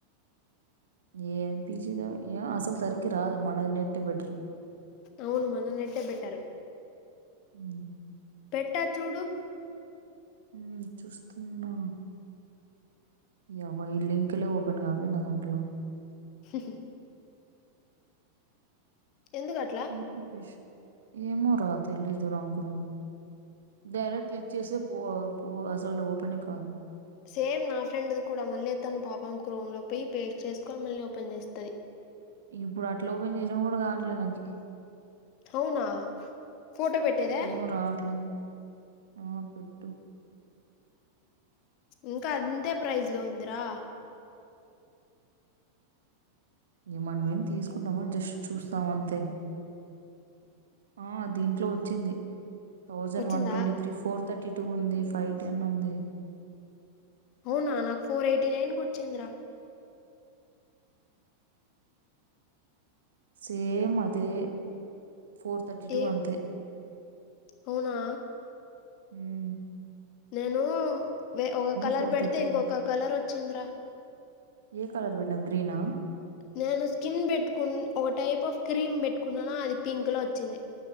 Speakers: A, on the right (about 65°); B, on the left (about 40°).
A: ఏ ఎంపీజీతో అసలు సరిగ్గి రాదు మనది నెట్టే బెటరు
B: అవును మననెట్ట బెటరు
A: ఉ
B: పెట్ట చూడు
A: ఉ చూస్తున్నా యవ ఈ లింక్లే ఓపెన్ కాలే నా దాంట్లో
B: <inaudible> ఎందుకట్లా
A: కాపీ పేష్ ఏమో రా తెలీదు నా కూడా డైరెట్ క్లిక్ చేస్తే పో పో అసలు ఓపనే కాదు
B: సేమ్ నా ఫ్రెండ్ది కూడా మళ్ళీ తను పాపం క్రోమ్ లో పోయి పేస్ట్ చేసుకొని మళ్ళీ ఓపెన్ చేస్తది
A: ఇప్పుడు అట్లా ఓపెన్ చేసినా కూడా గాట్లే నాకి
B: అవునా ఫోటో పెట్టేదా
A: ఏమో రాట్లేదు ఆ పెట్టు
B: ఇంకా అంతే ప్రైజ్ లో ఉందిరా
A: మనమే తీసుకుంటామా జస్ట్ చూస్తాం అంతే ఆ దీంట్లో వచ్చింది థౌజండ్
B: వచ్చిందా
A: వన్ twenty three four thirty two ఉంది ఫైవ్ టెన్ ఉంది
B: అవునా నాకు ఫోర్ ఎయిటీ నైన్ కి వచ్చింద్ర
A: సేమ్ అదే ఫోర్ థర్టీ టూ
B: ఏ
A: అంతే
B: అవునా
A: హ్మ్
B: నేను ఒక కలర్
A: ఫోర్
B: పెడితే
A: థర్టీ
B: ఇంకొక
A: టూ
B: కలర్ వచ్చింద్రా
A: ఏ కలర్ పెట్టినావ్ గ్రీనా
B: నేను స్కిన్ పెట్టుకు ఒక టైప్ ఆఫ్ క్రీమ్ పెట్టుకున్నాన అది పింక్ లో వచ్చింది